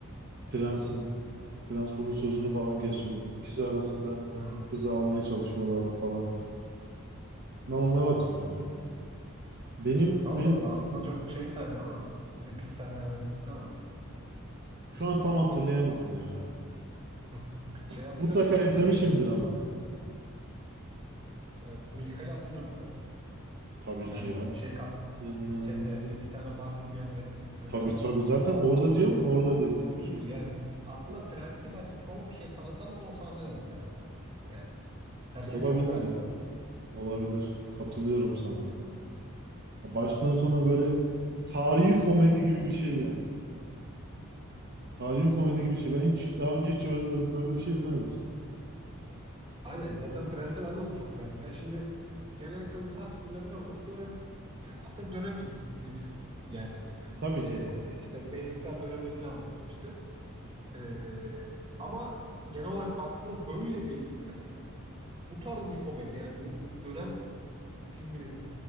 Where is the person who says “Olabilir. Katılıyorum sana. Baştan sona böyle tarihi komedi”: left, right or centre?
Right